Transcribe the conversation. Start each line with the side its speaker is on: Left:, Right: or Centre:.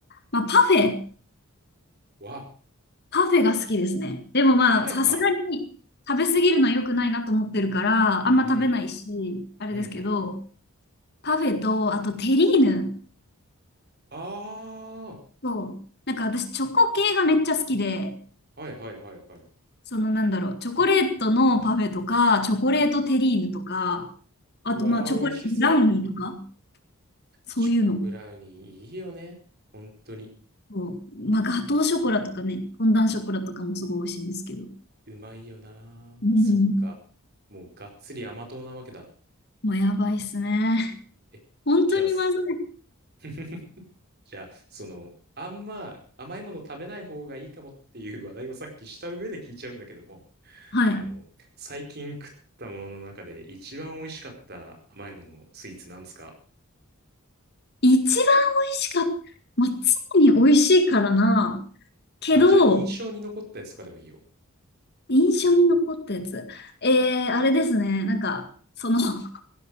Left: まあ、パフェ、
Right: は、
Left: パフェが好きですね。でもまあ、
Right: パフェか。
Left: さすがに食べ過ぎるのは良くないなと思ってるから、あんま食べないし、
Right: うん。
Left: あれですけど、
Right: うんうんうんうん。
Left: パフェと、あとテリーヌ
Right: あ
Left: と、なんか私、チョコ系がめっちゃ好きで、
Right: あ、はいはいはいはい。
Left: そのなんだろう、チョコレートのパフェとか、チョコレートテリーヌとか、あとまあ、
Right: うわー、
Left: チョコレートブラウニーとか、
Right: 美味しそう。
Left: そういうの。
Right: チョコブラウニーいいよね。本当に。
Left: こう、まあ、ガトーショコラとかね、フォンダンショコラとかもすごい美味しいんですけど。
Right: うまいよなー。
Left: うん。
Right: そっか。もうがっつり甘党なわけだ。
Left: もうやばいっすね。
Right: えじゃあ、
Left: 本当にまずい。
Right: す <laughs> じゃあ、その、あんま甘いもの食べない方がいいかもっていう話題をさっきした上で聞いちゃうんだけども、
Left: はい。
Right: あの、最近食ったものの中で一番美味しかった甘いもの、スイーツなんですか
Left: 一番美味しかった。まあ、常に美味しいからな。けど、
Right: あ、じゃあ、印象に残ったやつとかでもいいよ。
Left: 印象に残ったやつ。えー、あれですね。なんか、その <laughs>